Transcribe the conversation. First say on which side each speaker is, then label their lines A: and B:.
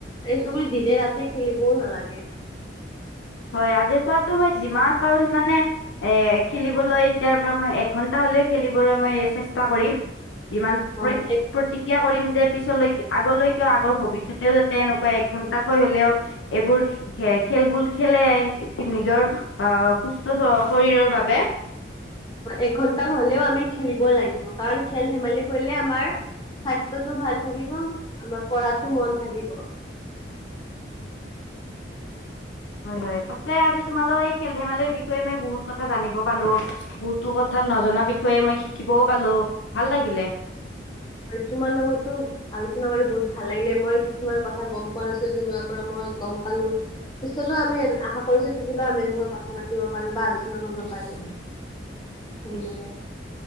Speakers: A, on the left; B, on the left.
A: এইটো বুলি দিনে ৰাতি খেলিবও নালাগে
B: হয় আজিৰ পৰাতো মই যিমান পাৰো সিমানে এ খেলিবলৈ এতিয়াৰ পৰা মই এঘন্টা হলেও খেলিবলৈ মই চেষ্টা কৰিম ইমান
A: হয়
B: প্ৰতি
A: এক
B: প্ৰতিক্ৰিয়া কৰিম যে পিছলৈ আগলৈকে আগৰ ভৱিষ্যতেও যাতে এনেকুৱা এক ঘন্টাকৈ হলেও এইবোৰ খে খেলবুল খেলে নিজৰ অ সুস্থ শৰীৰৰ বাবে
A: একঘন্টা হলেও আমি খেলিব লাগিব কাৰণ খেল ধেমালি কৰিলে আমাৰ স্বাস্থ্যতো ভাল থাকিব আমাৰ পঢ়াতো মন থাকিব
B: হয় হয় পাচে আজি তোমালোৰ এই খেল ধেমালিৰ বিষয়ে মই বহুত কথা জানিব পালো বহুতো কথা নজনা বিষয়ে মই শিকিবও পালো ভাল লাগিলে
A: এই তোমাৰ লগৰতো আলোচনা কৰি বহুত ভাল লাগিলে মই কিছুমান কথা গম পোৱা নাছিলো তোমাৰ পৰা মই গম পালো পিছলৈও আমি আশ কৰিছো পিছলৈও আমি এনেকুৱা কথা পাতি পাৰো বা আলোচনা চনা কৰিব
B: নিশ্চয়
A: পাৰো ধন্যবাদ
B: নিশ্চয়